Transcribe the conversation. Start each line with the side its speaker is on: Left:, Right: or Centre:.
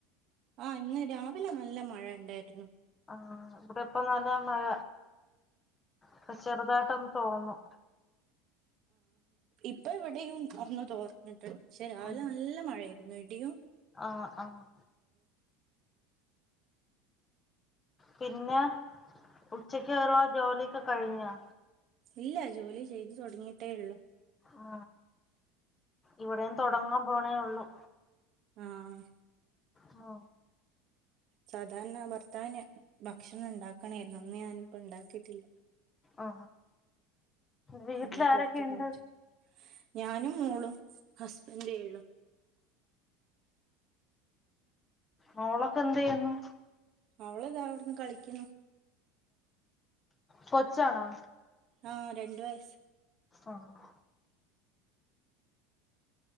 Right: ആ ഇന്ന് രാവിലെ നല്ല മഴ ഇണ്ടേരുന്നു
Left: ആ ഇവിടെപ്പ ന ല്ല മഴ ഇപ്പ ചെറുതായിട്ടൊന്ന് തോർന്നു
Right: ഇപ്പ ഇവിടെയും ഒന്ന് തോർന്ന് പക്ഷേ രാവിലെ
Left: ഉം
Right: നല്ല മഴയാ ന്നെടിയോ
Left: ആഹ് ആഹ് പിന്നെ ഉച്ചക്ക് ള്ള ജോലിയൊക്കെ കഴിഞ്ഞോ
Right: ഇല്ല ജോലി ചെയ്ത് തൊടങ്ങിയിട്ടേ ഉള്ളു
Left: ആ ഇവിടെം തുടങ്ങാൻ പോണേ ഉള്ളൂ
Right: ആഹ്
Left: ആ
Right: സാധാരണ ഭർത്താവിന് ഭക്ഷണം ഉണ്ടാക്കണേര്ന്നു ഇന്ന് ഞാനിപ്പം ഉണ്ടാക്കിട്ടില്ല
Left: ആ വീട്ടിലാരൊക്കെയുണ്ട്
Right: ഇന്ന് പുറത്തുന്ന് വാങ്ങിച്ച ഞാനും മോളും ഹസ്ബൻഡേ ള്ളു
Left: മോളൊക്കെ എന്ത് ചെയ്യുന്നു
Right: അവളതാ അവിടുന്ന് കളിക്കുന്നു
Left: കൊച്ചാണൊ
Right: ആഹ് രണ്ട് വയസ്
Left: ആഹ്